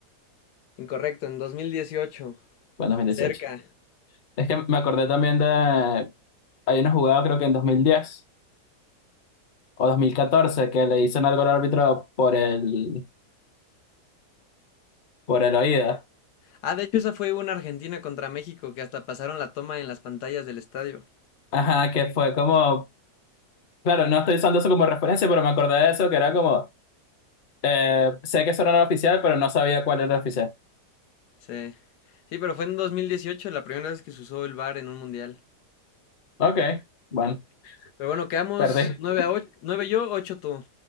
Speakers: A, on the left; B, on the left.
A: Incorrecto, en 2018.
B: fue en dos mil dieciocho
A: Cerca.
B: Es que me acordé también de, hay una jugada creo que en 2010 o 2014 que le hicieron algo al árbitro por el, por el oído.
A: Ah, de hecho, esa fue una Argentina contra México que hasta pasaron la toma en las pantallas del estadio.
B: Ajá, que fue como, claro, no estoy usando eso como referencia, pero me acordé de eso, que era como, eh, sé que eso no era no oficial, pero no sabía cuál era oficial.
A: Sí. Sí, pero fue en 2018 la primera vez que se usó el VAR en un mundial.
B: Ok, bueno,
A: Pero bueno, quedamos
B: perdí.
A: 9 a 8, 9 yo, 8 tú.